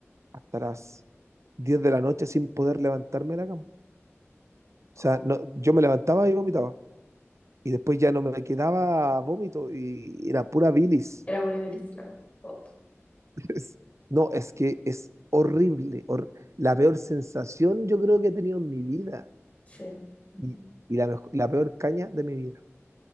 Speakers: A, on the right; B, on the left.
A: hasta las 10 de la noche sin poder levantarme de la cama. O sea,
B: Oh,
A: no, yo me levantaba y vomitaba. Y después ya no me quedaba vómito y era pura bilis.
B: Era poliomelitis, claro. Oh,
A: <laughs> Es- No, es que es horrible. hor- la peor sensación yo creo que he tenido en mi vida.
B: sí. Ujú.
A: Y, y la, mejo- la peor caña de mi vida.